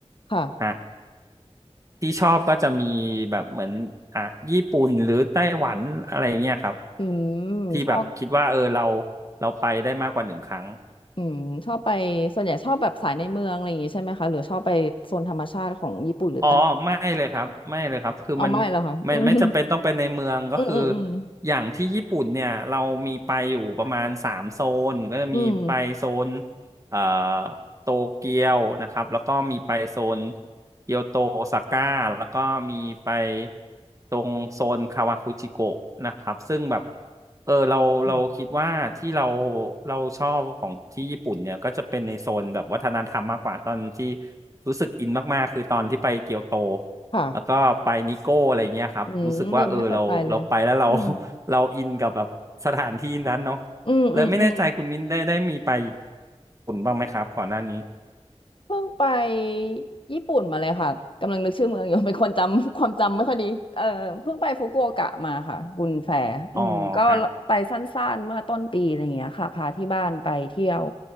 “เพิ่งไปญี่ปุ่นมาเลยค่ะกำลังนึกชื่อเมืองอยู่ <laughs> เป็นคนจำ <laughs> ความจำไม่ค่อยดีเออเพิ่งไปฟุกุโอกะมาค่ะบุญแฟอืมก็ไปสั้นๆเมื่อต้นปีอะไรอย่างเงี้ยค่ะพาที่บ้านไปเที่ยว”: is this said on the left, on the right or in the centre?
Left